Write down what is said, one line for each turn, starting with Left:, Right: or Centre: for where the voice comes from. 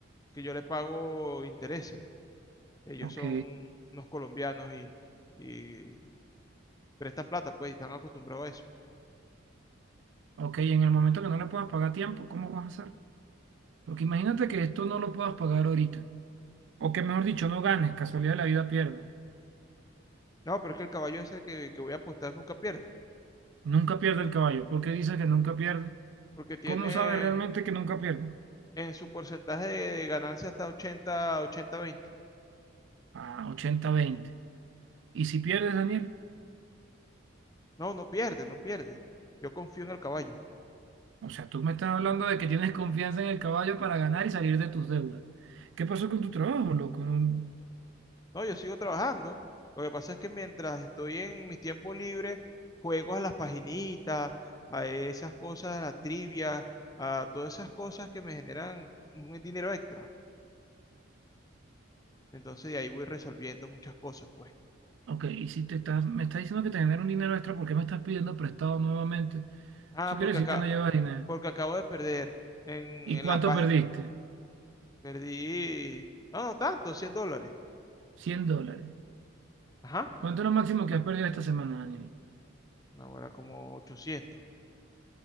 Left: que yo le pago intereses. Ellos
Right: Ok.
Left: son unos colombianos y, y prestan plata, pues, y están acostumbrados a eso.
Right: Ok, en el momento que no le puedas pagar a tiempo, ¿cómo vas a hacer? Porque imagínate que esto no lo puedas pagar ahorita. O que mejor dicho, no ganes, casualidad de la vida pierda.
Left: No, pero es que el caballo ese que, que voy a apostar nunca pierde,
Right: Nunca pierde el caballo. ¿Por qué dices que nunca pierde?
Left: porque tiene
Right: ¿Cómo sabes realmente que nunca pierde?
Left: en su porcentaje de ganancia hasta ochenta ochenta veinte.
Right: Ah, ochenta veinte. ¿Y si pierdes, Daniel?
Left: No, no pierde, no pierde. Yo confío en el caballo.
Right: O sea, tú me estás hablando de que tienes confianza en el caballo para ganar y salir de tus deudas. ¿Qué pasó con tu trabajo, loco? No-
Left: No, yo sigo trabajando. Lo que pasa es que mientras estoy en mis tiempos libres, juego a las paginitas, a esas cosas, a la trivia, a todas esas cosas que me generan un dinero extra. Entonces de ahí voy resolviendo muchas cosas, pues.
Right: Ok, y si te estás, me estás diciendo que te genera un dinero extra, ¿por qué me estás pidiendo prestado nuevamente?
Left: Ah,
Right: Eso quiere
Left: porque
Right: decir
Left: acá,
Right: que no llevas dinero.
Left: porque acabo de perder en,
Right: ¿Y
Left: en
Right: cuánto
Left: la, pa-
Right: perdiste?
Left: Perdí, no, no tanto, 100 dólares.
Right: cien dólares.
Left: Ajá,
Right: ¿Cuánto es lo máximo que has perdido esta semana, Daniel?
Left: No, ahora como ochocientos